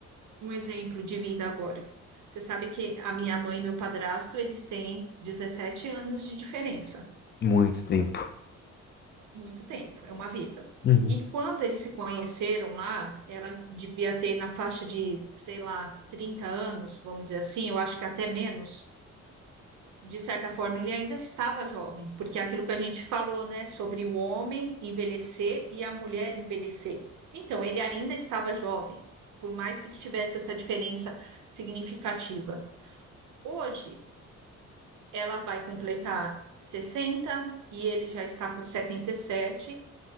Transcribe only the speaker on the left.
Muito tempo.
Uhum.